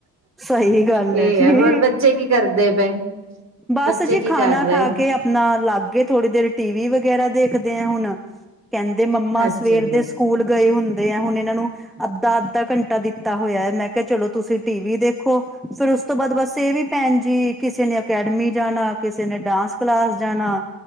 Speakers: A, in the centre; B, on the right.
A: ਸਹੀ ਗੱਲ
B: ਏ
A: ਹੈ ਜੀ।
B: ਐ। ਹੋਰ ਬੱਚੇ ਕੀ ਕਰਦੇ ਪਏ?
A: ਬਸ
B: ਬੱਚੇ
A: ਜੀ
B: ਕੀ
A: ਖਾਨਾ
B: ਕਰ ਰਹੇ?
A: ਖਾ ਕੇ ਆਪਣਾ ਲੱਗ ਗੇ ਥੋੜੀ ਦੇਰ ਟੀਵੀ ਵਗੈਰਾ ਦੇਖਦੇ ਆਂ ਹੁਨ ਕੈਂਦੇ ਮੰਮਾ
B: ਅੱਛਾ
A: ਸਵੇਰ
B: ਜੀ
A: ਦੇ ਸਕੂਲ ਗਏ ਹੁੰਦੇ ਆਂ ਹੁਨ ਏਨਾਂ ਨੂੰ ਅੱਧਾ-ਅੱਧਾ ਘੰਟਾ ਦਿੱਤਾ ਹੋਇਐ। ਮੈਂ ਕਿਆ ਚਲੋ ਤੁਸੀ ਟੀ ਵੀ ਦੇਖੋ ਫਿਰ ਉਸ ਤੋਂ ਬਾਦ ਬਸ ਏ ਵੀ ਪੈਨਜੀ ਕਿਸੇ ਨੇ ਅਕੈਡਮੀ ਜਾਨਾ, ਕਿਸੇ ਨੇ ਡਾਂਸ ਕਲਾਸ ਜਾਨਾ,